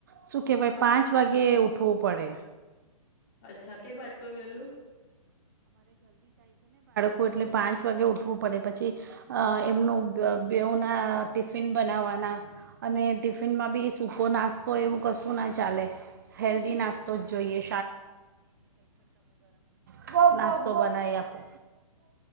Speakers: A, on the right; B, on the left.
A: શું કેવાય પાંચ વાગે ઉઠું પડે.
B: અચ્છા કેમ એટલો વેલું?
A: કો એટલે પાંચ વાગે ઉઠ વુ પડે પછી એમનું અ બેઉના ટિફિન બનાવવાના અને ટિફિનમાં બી સૂકો નાસ્તો એવું કશું ના ચાલે હેલ્ધી નાસ્તો જ જોઈએ તો આવો નાસ્તો બનાવી આપો